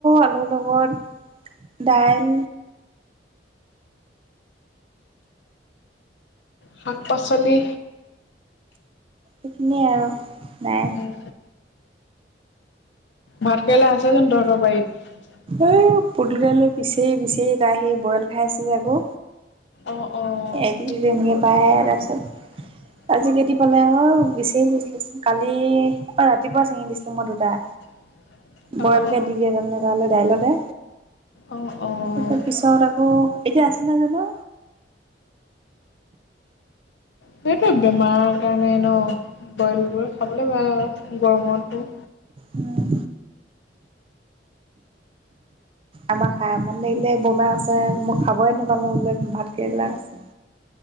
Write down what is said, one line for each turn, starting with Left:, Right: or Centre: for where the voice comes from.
Right: আলুৰ লগত। দাইল
Left: শাক -পাচলি
Right: সেইখিনিয়ে আৰু নাই।
Left: উম, ভাত কেৰেলা আছে জানো তহঁতৰ বাৰীত?
Right: এ পুতকাই লৈ পিছে পিছে তাই আহি বইল খাই আছে আকৌ।
Left: অ', অ',
Right: এটো এনেকে পায়ে তাৰপিছত।
Left: <inaudible>
Right: আজি কেইটি পালে ক বিচাৰি ফুৰিছিলে চুন কালি অ ৰাতিপুৱা ছিঙি দিছিলোং মই দুটা।
Left: <inaudible>
Right: বইল
Left: অ'।
Right: কে দি দিয়ে তাৰমানে তালে দাইলতে।
Left: অ', অ',
Right: তাৰপিছত আকৌ এতিয়া আছে নাই জানো
Left: সেইটোৱে বেমাৰৰ কাৰণে ন। বইলবোৰ খাবলৈ বা গৰমতো
Right: উম আমাৰ খাই আমনি লাগিলে বমাই কৈছে মই খাবই নেপালোং বোলে ভাতকেৰেলা কৈছে